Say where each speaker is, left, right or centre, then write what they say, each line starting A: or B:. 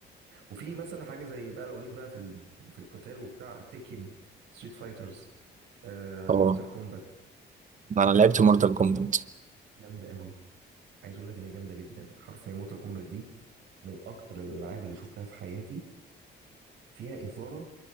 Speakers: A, on the right; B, on the right.
A: وفي مثلا حاجه زي بقى لو ليك بقى في ال... في القتال وبتاع تيكن ستريت فايترز آه
B: اه
A: مورتال كومبات
B: انا
A: مورتال
B: لعبت
A: كومبات
B: مورتال
A: دي
B: كومبات
A: جامده قوي عايز اقول لك ان هي جامده جدا حرفيا مورتال كومبات دي من اكتر الالعاب اللي شفتها في حياتي فيها اثاره